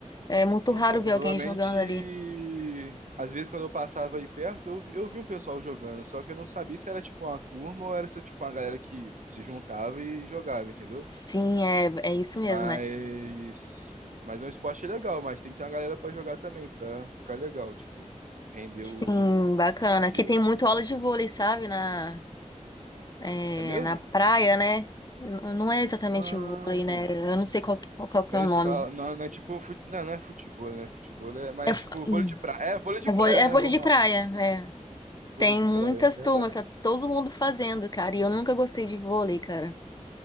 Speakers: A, on the left; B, on the right.
A: É muito
B: Então,
A: raro ver
B: provavelmente,
A: alguém jogando ali.
B: às vezes quando eu passava aí perto, eu, vi- eu vi um pessoal jogando, só que eu não sabia se era tipo uma turma ou era se tipo uma galera que se juntava e jogava, entendeu?
A: Sim, é, é isso mesmo,
B: Mas,
A: né?
B: mas é um esporte legal, mas tem que ter uma galera pra jogar também, pra ficar legal, tipo, render
A: Sim,
B: o <laughs>
A: bacana.
B: dia.
A: Aqui tem muito aula de vôlei, sabe? Na, é,
B: É mesmo?
A: na praia, né? N- Não é exatamente
B: Ah,
A: vôlei, né? Eu não sei qual, que- qual, qual que
B: eles
A: é o nome.
B: falam, não, não é tipo, fut- não, não é futebol, né? Futebol é, mas
A: É, f-
B: é tipo
A: hum,
B: vôlei de praia. É, vôlei de
A: é
B: praia,
A: vôlei, é
B: né?
A: vôlei
B: Vamos
A: de praia,
B: lá.
A: é.
B: Vôlei
A: Tem
B: de
A: muitas
B: praia, é verdade.
A: turmas, tá todo mundo fazendo, cara. E eu nunca gostei de vôlei, cara.